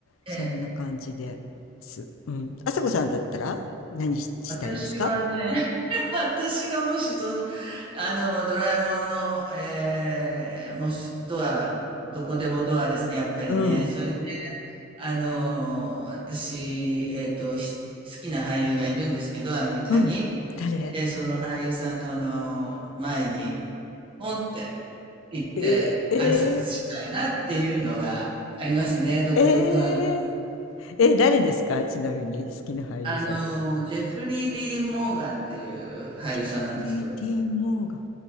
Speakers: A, on the left (about 80°); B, on the right (about 25°).
A: そんな感じです。
B: ええ。
A: うん。あさこさんだったら何し、したいですか
B: 私はね、<laughs> 私がもしその、あの、ドラえもんの、えー、もし、ドア、どこでもドアですね、やっぱりね。
A: うん、
B: それで、あの、私、えっと、し好きな俳優がいるんですけど、アメリカに。
A: うん。誰
B: で、その俳優さんのあの、前に、ポンって行って挨拶したいなっていうのがありますね、
A: えー、えー
B: どこでもドアが。
A: えええ、誰ですかちなみに好きな俳優さんって。
B: あの、ジェフリー・ディーン・モーガンっていう俳優さんなんですけど、
A: ジェフリー・ディーン・モーガン。